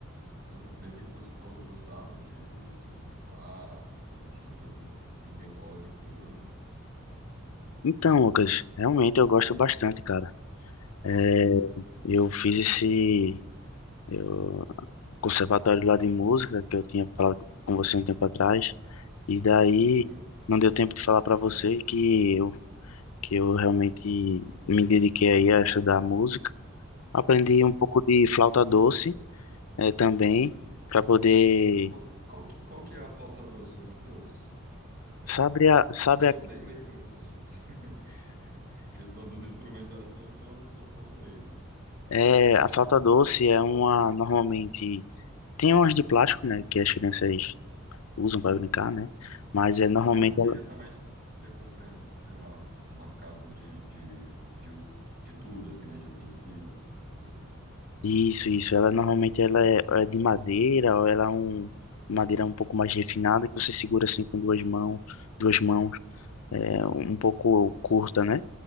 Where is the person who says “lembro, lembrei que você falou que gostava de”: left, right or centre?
Right